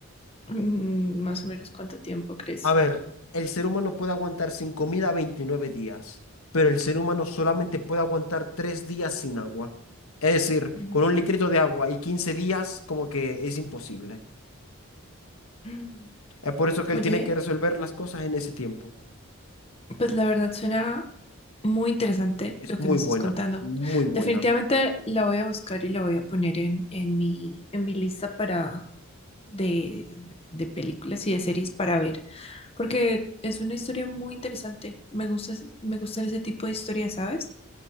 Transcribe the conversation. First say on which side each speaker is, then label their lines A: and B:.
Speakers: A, on the left (about 25°); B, on the left (about 75°).
A: Ah, mm, Más o menos cuánto tiempo crees
B: A
A: tú.
B: ver, el ser humano puede aguantar sin comida 29 días, pero el ser humano solamente puede aguantar 3 días sin agua. Es decir,
A: Mm,
B: con un litrito de agua y 15 días, como que es imposible.
A: mm.
B: Es por eso que él
A: Oye,
B: tiene que resolver las cosas en ese tiempo.
A: Pues la verdad suena muy interesante
B: Es
A: lo que
B: muy
A: me estás
B: buena,
A: contando.
B: muy buena.
A: Definitivamente la voy a buscar y la voy a poner en, en mi, en mi lista para de, de películas y de series para ver, porque es una historia muy interesante. Me gusta, ese- me gustan ese tipo de historias, ¿sabes?